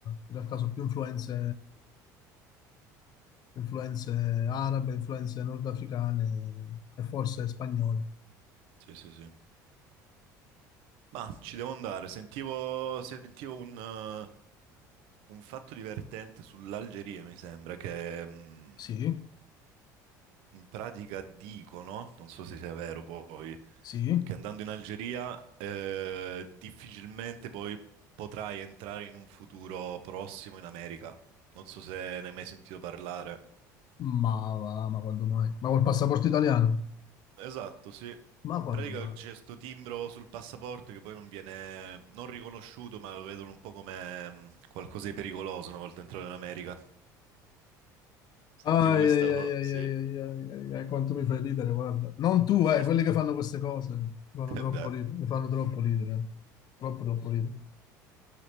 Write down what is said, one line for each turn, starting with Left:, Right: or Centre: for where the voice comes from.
Left: in realtà sono più influenze, influenze arabe, influenze nordafricane e forse spagnole.
Right: Sì, sì, sì. Ma ci devo andare. Sentivo, sentivo un, eh, un fatto divertente sull'Algeria, mi sembra, che mh,
Left: Sì,
Right: in pratica dicono, non so se sia vero poi,
Left: sì,
Right: che andando in Algeria eh, difficilmente poi potrai entrare in un futuro prossimo in America. Non so se ne hai mai sentito parlare.
Left: ma, va, ma quando mai? Ma col passaporto italiano?
Right: Esatto, sì.
Left: Ma
Right: In
Left: quando
Right: pratica
Left: mai?
Right: c'è sto timbro sul passaporto che poi non viene non riconosciuto, ma lo vedono un po' come mh, qualcosa di pericoloso una volta entrato in America. Sentivo
Left: Ai,
Right: questa
Left: ai,
Right: cosa,
Left: ai, ai,
Right: sì.
Left: ai, ai, ai, ai, ai, quanto mi fai ridere, guarda. Non tu,
Right: <laughs>
Left: eh, quelli che fanno queste cose mi fanno
Right: E
Left: troppo
Right: beh,
Left: ridere, mi fanno troppo ridere, eh. troppo, troppo ridere.